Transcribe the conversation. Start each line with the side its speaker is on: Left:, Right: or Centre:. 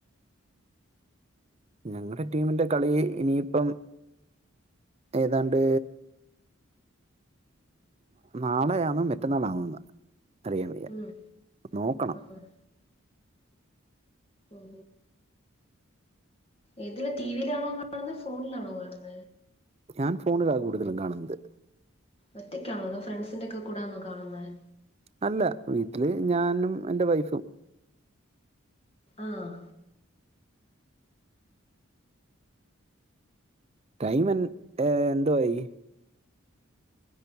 Right: ഞങ്ങളുടെ ടീമിന്റെ കളി ഇനിയിപ്പം ഏതാണ്ട് നാളെയാണോ മറ്റന്നാളാണോ അറിയാൻ വയ്യ
Left: ഉം
Right: നോക്കണം
Left: ആഹ് ഓ ഏതില ടിവിയിലാണോ കാണുന്നത് ഫോണിലാണോ കാണുന്നത്
Right: ഞാൻ ഫോണിലാണ് കൂടുതലും കാണുന്നത്
Left: ഒറ്റയ്ക്കാണോ അതോ ഫ്രണ്ട്സിന്റെ ഒക്കെ കൂടെ ആണോ കാണുന്നത്
Right: അല്ല വീട്ടില് ഞാനും എന്റെ വൈഫും
Left: ആഹ്
Right: ടൈം എ എന്തുവായി